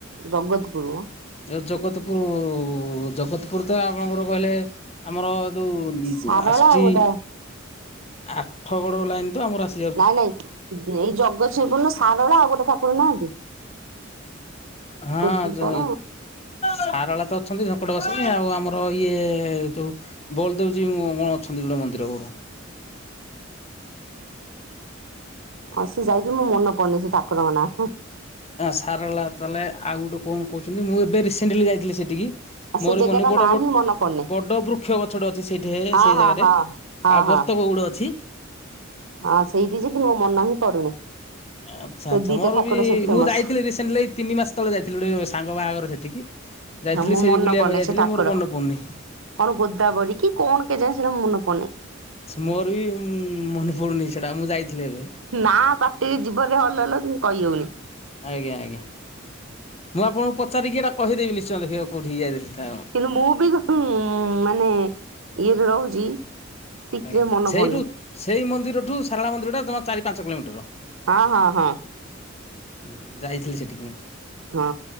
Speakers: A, on the right; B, on the left.
A: ଜଗତପୁର।
B: ଏ ଜଗତପୁର ଜଗତପୁର ତ ଆପଣଙ୍କର କହିଲେ ଆମର। ଯଉ
A: ଶାରଳା
B: ଆସୁଛି
A: ଆଉ ଗୋଟେ
B: ଆଠ ଗଡ ଲାଇନ ତ ଆମର ଆସ୍।
A: ନାଇଁ ନାଇଁ ଏଇ ଜଗତସିଂହପୁରଣ ସାରଳା ଆଉ ଗୋଟେ ଠାକୁର ନାହାନ୍ତି?
B: ହଁ
A: କୋଦୁ
B: ଯେ।
A: କଣ
B: ସାରଳା ତ ଅଛନ୍ତି ସଙ୍କଟ ବାସନୀ ଆଉ ଆମର ଇଏ ଯୋଉ। ବଉଳ ଦେବଯି କଣ ଅଛନ୍ତି ଗୋଟିଏ ମନ୍ଦିର।
A: ହଁ ସେଏ ଯାଇଥିଲି ମୁଁ ମନେ ପଡୁନି ସେ ଠାକୁରଙ୍କ ନାଁ।
B: ସାରଳା ତାହେଲେ ଆଉ ଗୋଟେ କଣ କହୁଛନ୍ତି ମୁଁ ଏବେ ରିସେଣ୍ଟଲି ଯାଇଥିଲି ସେଠିକି।
A: ଆ ସେ
B: ମୋର
A: ଜାଗା
B: ମନେ
A: ଟା
B: ବଡ
A: ନାଁ
B: ବଟ।
A: ହିଁ ମନେ ପଡୁନି
B: ବଡ ବୃକ୍ଷ ଗଛଟେ ଅଛି ସେଇଠି
A: ହଁ
B: ସେଇ
A: ହଁ
B: ଜାଗାରେ
A: ହଁ ହଁ
B: ଆଉ ବତକ
A: ହଁ
B: ଗୁଡେ ଅଛି।
A: ହଁ ସେଇଠି ଯେ କିନ୍ତୁ ମୋ ମନ ହିଁ ପଡୁନି।
B: ଆଚ୍ଛା
A: ସେ
B: ଆଚ୍ଛା
A: ଦିଟା
B: ମୋର
A: ଠାକୁର
B: ବି
A: ସେଇଠି ଫେମସ
B: ମୁଁ ଯାଇଥିଲି ରିସେଣ୍ଟଲି ଏଇ ତିନି ମାସ ତଳେ ଯାଇଥିଲି ଗୋଟେ ସାଙ୍ଗ ବାହାଘର ସେଠିକି। ଯାଇଥିଲି
A: ହଁ ମୁଁ
B: ସେଇ
A: ମନେ
B: ବୁଲିବାକୁ
A: ପଡୁନି
B: ଯାଇଥିଲି
A: ସେ ଠାକୁର
B: ମୋର ମନେ ପଡ଼ୁନି।
A: କଣ ଗୋଦ୍ଦାବରୀ କି କଣ କେଜାଣି ସେଇଟା ମୋର ମନେ ପଡୁନି।
B: ମୋର ବି ମନେ ପଡୁନି ସେଟା ମୁଁ ଯାଇଥିଲି ଏବେ।
A: ନା ପାଟି ଜୀବରେ ହଲ ହଲ ହଉଚି କିନ୍ତୁ କହିହଉନି।
B: ଆଜ୍ଞା ଆଜ୍ଞା ମୁଁ ଆପଣଙ୍କୁ ପଚାରିକି ଏଇଟା କହିଦେବି ନିଶ୍ଚୟ ଦେଖିବ କଉଠିକି ଯାଇଥିଲି। ସେଟା।
A: କିନ୍ତୁ ମୁଁ ବି ମାନେ ଇଏରେ ରହୁଛି। ଟିକେ
B: ଆଜ୍ଞା
A: ମନେ
B: ସେଇଠୁ
A: ପଡୁନି
B: ସେଇ ମନ୍ଦିରଠୁ ସାରଳା ମନ୍ଦିର ଟା ଜମା ଚାରି ପାଞ୍ଚ କିଲୋମିଟର।
A: ହଁ ହଁ ହଁ।
B: ଉଁ ହୁଁ ଯାଇଥିଲି ସେଠିକି ମୁଁ।
A: ହଁ